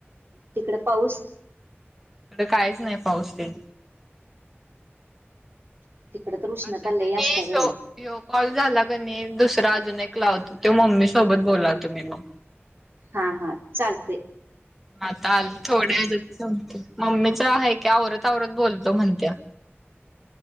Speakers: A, on the right (about 60°); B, in the centre.
A: तिकडं पाऊस.
B: काहीच नाही पाऊसतन.
A: तिकड तर उष्णता
B: आता कणी
A: लई असत्या ग बाई
B: हो कॉल झाला कनी दुस राजा ऐकला ते मम्मी सोबत बोलाल तो मी म.
A: हा हा, चालतंय.
B: हता आ थोड्या,, मम्मीच आहे की औरत. तवरत बोलतो म्हणत्या